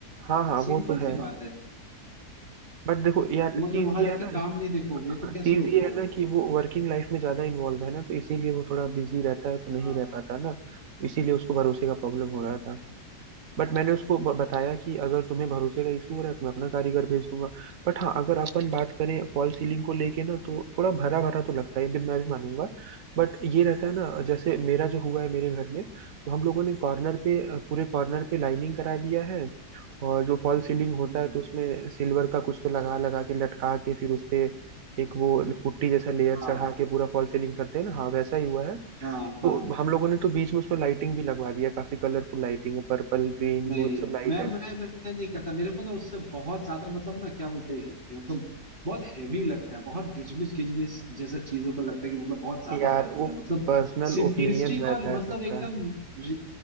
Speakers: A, on the right; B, on the right.
A: हाँ हाँ
B: सिंपल
A: वो तो है
B: सी बात है
A: बट देखो यार
B: तुम अगर
A: चीज
B: वहां
A: ये
B: रह
A: है
B: के
A: ना
B: काम नहीं देखोगे तो कैसे
A: चीज
B: होगा
A: ये है ना कि वो वर्किंग लाइफ में ज्यादा इन्वॉल्व है ना तो इसीलिए वो थोड़ा बिजी रहता है तो नहीं
B: हाँ
A: रह पाता ना इसीलिए उसको भरोसे का प्रॉब्लम हो रहा था बट मैंने उसको ब- बताया कि अगर तुम्हें भरोसे का इशू हो रहा है तो मैं अपना कारीगर भेज दूंगा बट हाँ अगर अपन बात करें फॉल सीलिंग को लेके ना तो थोड़ा भरा भरा तो लगता है ये भी मैं भी मानूंगा बट ये रहता है ना जैसे मेरा जो हुआ है मेरे घर में तो हम लोगों ने कॉर्नर पे अ, पूरे कॉर्नर पे लाइनिंग करा दिया है और जो फॉल सीलिंग होता
B: हम्म,
A: है तो उसमें सिल्वर का कुछ तो लगा लगा के लटका के फिर उस पे एक वो पुट्टी जैसा लेयर
B: हाँ
A: चढ़ा के पूरा फॉल सीलिंग करते हैं ना हाँ वैसा ही हुआ है
B: हाँ
A: तो
B: हाँ
A: हम लोगों ने तो बीच में उसमें लाइटिंग भी लगवा दिया काफी कलरफुल लाइटिंग है पर्पल ग्रीन
B: नहीं
A: ब्लू ये सब लाइट
B: मैं
A: है
B: मैं मैं मैं नहीं करता मेरे को ना उससे बहुत ज्यादा मतलब ना क्या बोलते हैं मतलब बहुत हैवी लगता है बहुत गिजमिस गिजमिस जैसा चीजों का लगता है कि मतलब बहुत ज्यादा
A: यार
B: भर
A: वो
B: दिया मतलब
A: पर्सनल
B: सिंपलिस्टिक
A: ओपिनियन रहता
B: और मतलब
A: है सबका
B: एकदम रि-